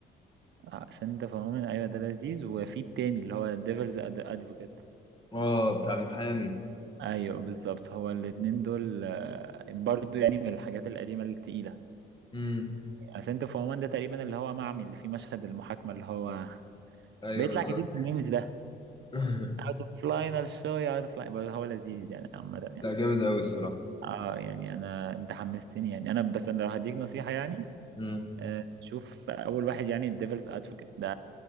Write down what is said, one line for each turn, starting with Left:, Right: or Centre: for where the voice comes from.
Right: آه سنت فهمان ايوه ده لذيذ وفي التاني اللي هو ديفلز ادفوكيت
Left: اه بتاع المحامي
Right: ايوه بالظبط هو الاتنين دول آه، برضو يعني من الحاجات القديمه التقيله
Left: امم
Right: سنت اوف وومن ده تقريبا اللي هو معمي اللي فيه مشهد المحاكمة اللي هو
Left: ايوه
Right: بيطلع
Left: بالظبط
Right: كتير في الميمز ده
Left: <laughs>
Right: اوت اوف لاينر شو يا اوت اوف لاينر هو لذيذ يعني عامة يعني
Left: لا جامد قوي الصراحه
Right: اه يعني انا انت حمستني يعني انا بس انا لو هديك نصيحة يعني
Left: امم
Right: آه، شوف اول واحد يعني الديفلز ادفوكيت ده